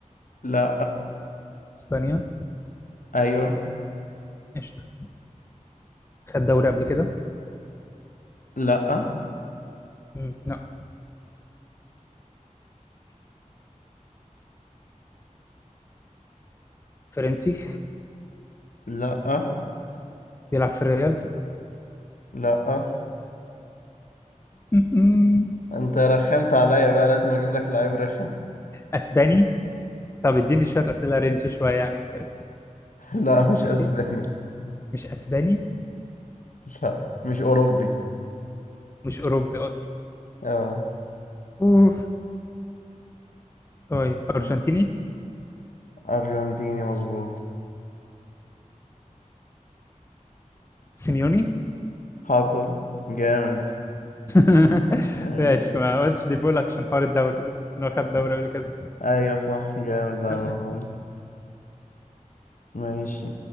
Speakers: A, on the left (about 75°); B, on the left (about 20°).
A: لا
B: إسبانيا
A: ايوه
B: قشطة خد دوري قبل كده
A: لا
B: مم. لا فرنسي
A: لا
B: بيلعب في الريال
A: لا
B: مم. <laughs>
A: انت رخمت عليا بقى لازم اجيب لك لعيب رخم
B: أسباني طب اديني شوية أسئلة رينج شوية يعني زيادة
A: <laughs> لا مش
B: ماشي
A: اسباني
B: مش أسباني
A: لا مش اوروبي
B: مش أوروبي أصلا
A: اه
B: أوف طيب أرجنتيني
A: ارجنتيني مظبوط
B: سيميوني
A: حصل جامد
B: <laughs>
A: ماشي
B: ماشي ما قلتش دي بول عشان حوار الدوري بس إنه خد دوري قبل كده
A: ايوه صح جامد ده
B: <laughs>
A: والله ماشي